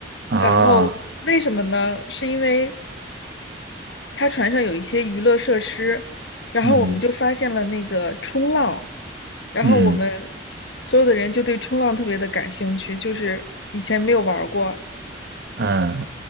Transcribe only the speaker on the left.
然后为什么呢？是因为他船上有一些娱乐设施，然后我们就发现了那个冲浪，
然后我们
所有的人就对冲浪特别的感兴趣，就是以前没有玩儿过，